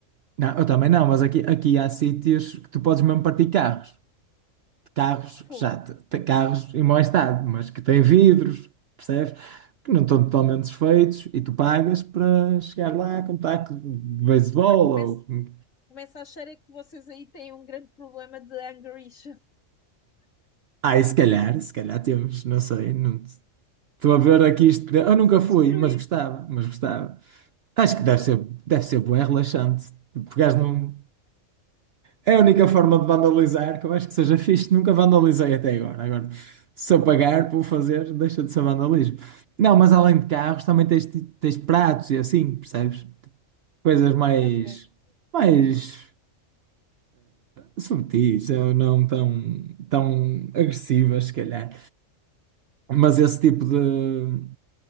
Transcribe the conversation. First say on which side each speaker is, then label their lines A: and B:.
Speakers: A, on the right; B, on the left.
A: Não, eu também não, mas aqui, aqui há sítios que tu podes mesmo partir carros. carros que
B: pô,
A: já te- te- carros em mau estado, mas que têm vidros, percebes? Que não estão totalmente desfeitos e tu pagas para chegar lá com um taco de beisebol
B: pá, começo,
A: ou com-
B: começo a achar é que vocês aí têm um grande problema de anger issue.
A: Ah, e se calhar, se calhar temos, não sei, não te- estou a ver aqui isto.
B: <laughs>
A: Eu
B: Precisam
A: nunca fui,
B: destruir.
A: mas gostava, mas gostava. Acho que deve ser, deve ser bom, é relaxante. Pegares num, É a única forma de vandalizar que eu acho que seja fixe. Nunca vandalizei até agora. Agora, se eu pagar por fazer, deixa de ser vandalismo. Não, mas além de carros, também tens, tens pratos e assim, percebes? Coisas mais,
B: Ok.
A: mais subtis ou não tão, tão agressivas, se calhar. Mas esse tipo de,